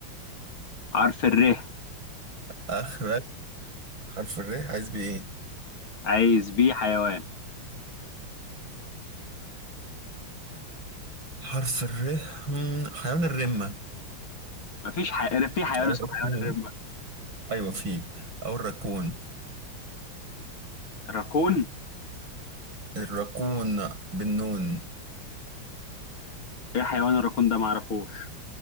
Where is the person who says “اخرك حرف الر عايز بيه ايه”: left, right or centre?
Right